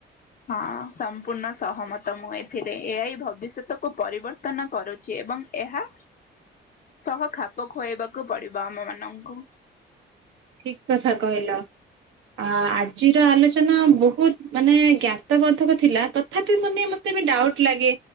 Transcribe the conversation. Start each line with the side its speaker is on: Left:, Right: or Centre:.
Left: ହଁ ସମ୍ପୂର୍ଣ୍ଣ ସହମତ ମୁ ଏ ଏଥିରେ ଏ ଭବିଷ୍ୟତକୁ ପରିବର୍ତ୍ତନ କରୁଛି ଏବଂ ଏହା ସହ ଖାପ ଖୁଆଇବାକୁ ପଡିବ ଆମ ମାନଙ୍କୁ
Right: ଠିକ କଥା କହିଲ ଆ ଆଜିର ଆଲୋଚନା ବହୁତ ମାନେ ଜ୍ଞାତ ବୋଦ୍ଧକ ଥିଲା ତଥାପି ମାନେ ମତେ ବି ଡାଉଟ ଲାଗେ